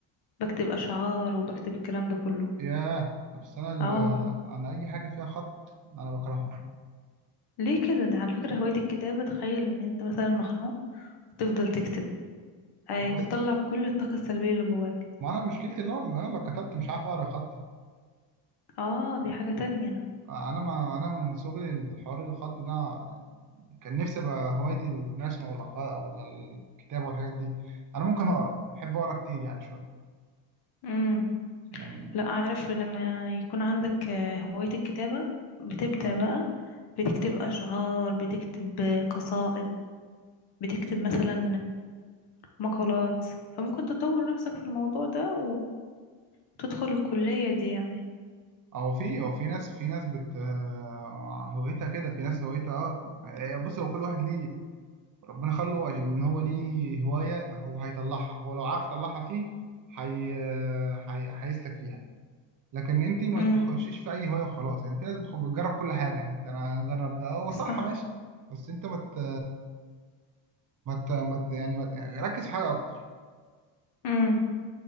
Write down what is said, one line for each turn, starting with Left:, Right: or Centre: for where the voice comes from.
Left: بكتب اشعار وبكتب الكلام ده كله
Right: ياه بس انا ال-
Left: اه
Right: انا اي حاجه فيها خط انا بكرهها
Left: ليه كده ده على فكره هوايه الكتابه تخيل ان انت مثلا مخنوق تفضل تكتب آه
Right: بس
Left: بتطلع كل الطاقه السلبيه اللي جواك
Right: ما انا مشكلتي اللي هو ان انا لو كتبت مش عارف اقرا خطي
Left: اه دي حاجه تانية
Right: انا ما انا من صغري الحوار الخط ده كان نفسي ابقى هوايتي الرسم ولا الخ- ولا الكتابه والحاجات دي انا ممكن اقرا بحب اقرا كتير يعني شويه
Left: امم
Right: يعني
Left: لا عارف لما يكون عندك آه، هوايه الكتابه بتبدا بقى بتكتب اشعار بتكتب آه، قصائد بتكتب مثلا مقالات فممكن تطور نفسك في الموضوع ده وتدخل الكلية دي يعني
Right: او في او في ناس في ناس بت آه، هوايتها كده في ناس هوايتها اه آه، بص هو كل واحد ليه ربنا خلقه ان هو ليه هوايه هو هيطلعها هو لو عارف يطلعها فيه حي... آه، حي... هيسلك فيها لكن انت ما
Left: امم
Right: تخشيش في اي هوايه وخلاص يعني في ناس بتخ- بتجرب كل حاجه يعني انت انا اجرب ده هو
Left: صح
Right: صح ماشي بس انت ما مت... مت... مت... يعني ما ت- يعني ركز في حاجه اكتر
Left: امم